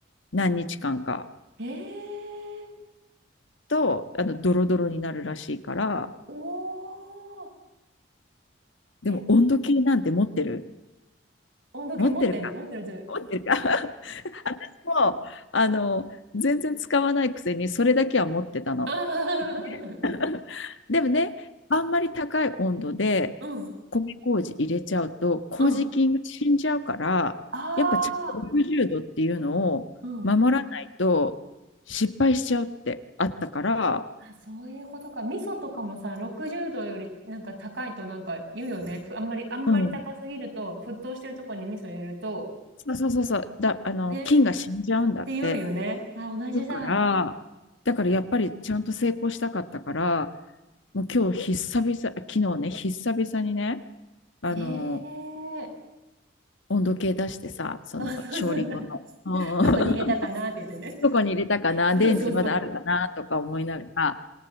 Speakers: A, on the left; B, on the right.
A: 何日間か
B: ん。えー。
A: とあのドロドロになるらしいから
B: おお、
A: でも温度計なんて持ってる
B: え、温度計持ってる持ってる、
A: 持ってるか
B: ジ <laughs>
A: 持ってるか <laughs> もうあの全然使わないくせにそれだけは持ってたの
B: あー
A: <laughs> でもねあんまり高い温度で
B: うん、
A: 米麹入れちゃうと麹菌が死んじゃうからやっぱちゃんと60度っていうのを守らないと失敗しちゃうってあったから、
B: うん、あーうん。あ、そういうことか。味噌とかもさ、60度よりなんか高いとなんか言うよね。ふあんまり、あんまり高すぎると、
A: うん、
B: 沸騰してるとこに味噌入れると、
A: そうそうそうそうだあの菌が死んじゃうんだって
B: ね、って言うよね。あ、同じだ。
A: だから、だからやっぱりちゃんと成功したかったから、もう今日久々、昨日ね、久々にね、あの、
B: ええ
A: 温度計出してさ、その調理後の、
B: あ、そうそうだ。<laughs> どこに入れたかなって言ってね。
A: うん <laughs> どこに入れたかな、
B: そうそうそう。
A: 電池まだあるかなとか思いながら、